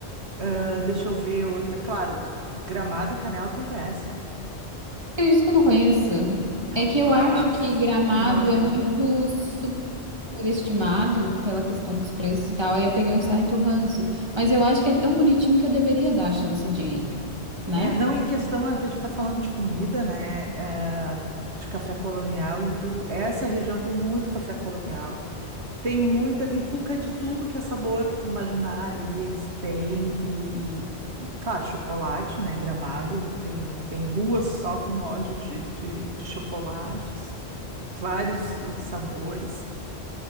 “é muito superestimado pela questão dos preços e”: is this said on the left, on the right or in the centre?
Right